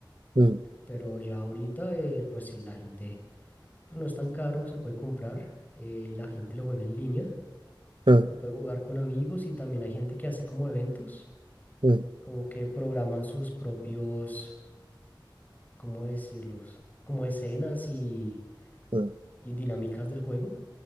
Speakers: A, on the right; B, on the left.
A: Mm,
B: Pero ya ahorita, eh, pues sí, la gente, pues no es tan caro, se puede comprar eh, y la gente lo juega en línea.
A: mm,
B: Se puede jugar con amigos y también hay gente que hace como eventos.
A: mm,
B: como que programan sus propios, ¿cómo decirlos? Como escenas y,
A: mm,
B: y dinámicas del juego.